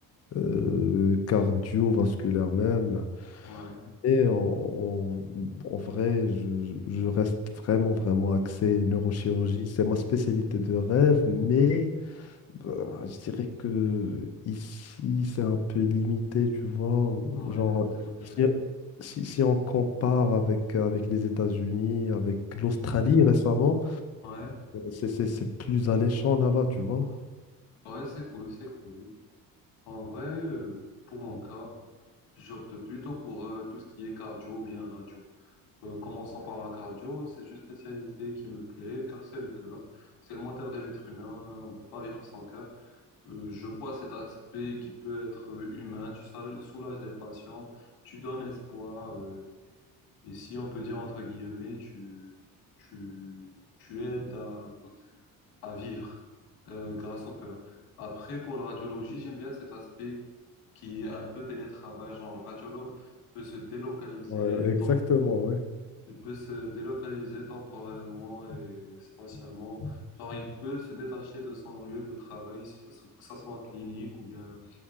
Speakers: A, on the left (about 45°); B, on the left (about 80°).
A: euh, cardiovasculaire même.
B: ouais,
A: Et en, en- en vrai, je, je- je reste vraiment, vraiment axé neurochirurgie. C'est ma spécialité de rêve, mais bah, je dirais que ici, c'est un peu limité, tu vois.
B: ouais,
A: Genre,
B: côté matériel.
A: si, si- si on compare avec, avec les États-Unis, avec l'Australie récemment,
B: Ouais,
A: c'est c'est- c'est plus alléchant là-bas, tu vois.
B: ouais, c'est cool, c'est cool. En vrai, euh, pour mon cas, j'opte plutôt pour euh, tout ce qui est cardio ou bien radio. Euh, commençons par la cardio, c'est une spécialité qui me plaît car c'est le cœur, c'est le moteur de l'être humain, on peut pas vivre sans cœur. Euh, je vois cet aspect qui peut être euh, humain, tu sal- soulages les patients, tu donnes espoir, euh, et si on peut dire entre guillemets, tu, tu, tu aides à, à vivre euh, grâce au cœur. Après, pour la radiologie, j'aime bien cet aspect qui est un peu télétravail, genre le radiologue peut se délocaliser
A: Ouais, exactement,
B: tempo-
A: ouais.
B: il peut se délocaliser temporairement et spatialement. Genre, il peut se détacher de son lieu de travail, que ce soit clinique ou bien